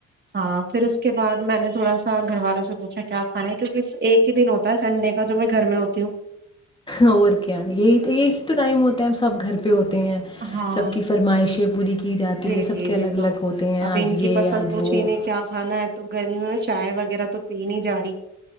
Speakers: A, on the right; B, on the left.
A: ہاں پھر اس کے بعد میں نے تھوڑا سا گھر والوں سے پوچھا کیا کھا کیکہ ایک ہی دن ہوتا ہے سنڈے کا جو میں گھر میں ہوتی ہوں
B: اور کیا یہی یہی تو ٹائم ہوتا ہے سب گھر پہ ہوتا ہیں
A: ہاں
B: سب کی فرمائشیں پوری کی جاتی
A: جی
B: ہے سب
A: جی
B: کے
A: جی
B: الگ
A: تو
B: الگ ہوتے ہیں
A: اب
B: آج
A: ان کی
B: یہ
A: پسند
B: آج
A: پوچھییں
B: وہ
A: کیا کھانا ہے تو گرمیوں میں چائے وغیرہ تو پی نہیں جا رہی